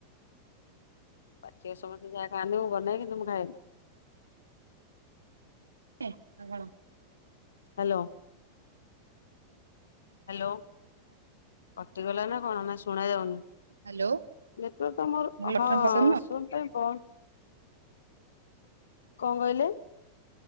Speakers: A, on the left; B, on the right.
A: ବାକି ଆଉ ସମସ୍ତେ ଯାହାଖାଆନ୍ତି ମୁଁ ବନାଏ କିନ୍ତୁ ମୁଁ ଖାଏନି।
B: ଆ କଣ।
A: ହ୍ୟାଲୋ। ହ୍ୟାଲୋ କଟିଗଲା ନା କଣ ନା ଶୁଣା ଯାଉନି?
B: ହ୍ୟାଲୋ
A: ନେଟୱାର୍କ ତ ମୋର
B: ମୁଁ କହିଲି ମଟନ
A: ହଁ
B: ପସନ୍ଦ
A: ଶୁ <inaudible> କଣ କହିଲେ?